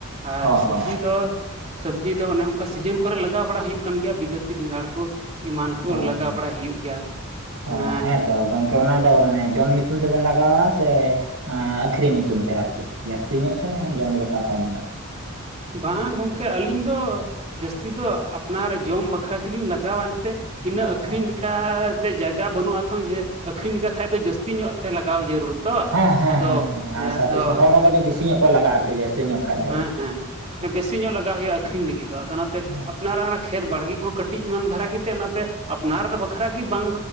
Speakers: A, on the right; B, on the right.
A: ᱟᱨ
B: ᱚ
A: ᱥᱚᱵᱽᱡᱤ
B: ᱚ
A: ᱫᱚ ᱥᱚᱵᱽᱡᱤ ᱫᱚ ᱚᱱᱮ ᱚᱱᱠᱟ ᱥᱤᱡᱤᱱ ᱠᱚᱨᱮ ᱞᱟᱜᱟᱣ ᱵᱟᱲᱟ ᱦᱩᱭᱩᱜ ᱠᱟᱱ ᱜᱮᱭᱟ ᱵᱤᱞᱟᱹᱛᱤ ᱵᱮᱸᱜᱟᱲ ᱠᱩ ᱮᱢᱟᱱ ᱠᱚ
B: ᱚ
A: ᱞᱟᱜᱟᱣ
B: ᱚ
A: ᱵᱟᱲᱟ ᱦᱩᱭᱩᱜ ᱜᱮᱭᱟ
B: ᱚ
A: ᱮᱸ
B: ᱦᱮᱸᱛᱚ ᱜᱚᱝᱠᱮ ᱚᱱᱟ ᱫᱚ ᱢᱟᱱᱮ ᱡᱚᱢ ᱧᱩᱛᱩᱢ ᱛᱮᱵᱮᱱ ᱞᱟᱜᱟᱣᱟ ᱥᱮ ᱟᱹᱠᱷᱨᱤᱧ ᱧᱩᱛᱩᱢ ᱛᱮ ᱟᱨᱠᱤ ᱡᱟᱹᱥᱛᱤ ᱧᱚᱜ ᱥᱮ ᱡᱚᱢ ᱞᱮᱠᱟ ᱠᱚᱢ ᱧᱚᱜ?
A: ᱵᱟᱝ ᱜᱚᱢᱠᱮ ᱟᱹᱞᱤᱧ ᱫᱚ ᱡᱟᱹᱥᱛᱤ ᱫᱚ ᱟᱯᱱᱟᱨ ᱡᱚᱢ ᱵᱟᱠᱷᱨᱟ ᱜᱮᱞᱤᱧ ᱞᱟᱜᱟᱣᱟ ᱮᱱᱛᱮᱫ᱾ ᱛᱤᱱᱟᱹᱜ ᱟᱹᱠᱷᱨᱤᱧ
B: ᱚ
A: ᱞᱮᱠᱟᱛᱮ ᱡᱟᱭᱜᱟ ᱵᱟᱹᱱᱩᱜᱼᱟ ᱛᱷᱚ ᱡᱮ ᱟᱠᱷᱹᱨᱤᱧ ᱞᱮᱠᱟ ᱠᱷᱟᱱ ᱫᱚ ᱡᱟᱹᱥᱛᱤ ᱧᱚᱜ ᱛᱮ ᱞᱟᱜᱟᱣ ᱡᱟᱹᱨᱩᱲ᱾ ᱛᱚ
B: ᱦᱮᱸ ᱦᱮᱸ
A: ᱟᱫᱚ ᱦᱮᱸ
B: ᱟᱨ ᱥᱟᱯᱷᱤᱥᱮᱱ
A: ᱟᱫᱚ
B: ᱦᱚᱲ ᱦᱚᱸ ᱠᱟᱹᱴᱤᱡ
A: ᱟᱫᱚ
B: ᱵᱮᱥᱤ ᱧᱚᱜ ᱠᱚ ᱞᱟᱜᱟᱜᱼᱟ ᱟᱨᱠᱤ ᱡᱟᱹᱥᱛᱤ ᱧᱚᱜ ᱠᱷᱟᱡ ᱫᱚ
A: ᱦᱮᱸ ᱦᱮᱸ ᱵᱮᱥᱤ ᱧᱚᱜ ᱞᱟᱜᱟᱣ ᱦᱩᱭᱩᱜᱼᱟ ᱟᱹᱠᱷᱨᱤᱧ ᱞᱟᱹᱜᱤᱫ ᱫᱚ ᱟᱫᱚ ᱚᱱᱟᱛᱮ
B: ᱦᱮᱸ
A: ᱟᱯᱱᱟᱨᱟᱜ ᱠᱷᱮᱛ ᱵᱟᱲᱜᱮ ᱦᱚᱸ ᱠᱟᱹᱴᱤᱡ ᱮᱢᱟᱱ ᱫᱷᱟᱨᱟ ᱜᱮᱛᱮ ᱚᱱᱟᱛᱮ ᱟᱯᱱᱟᱨ ᱵᱟᱠᱷᱨᱟ ᱜᱮ ᱵᱟᱝ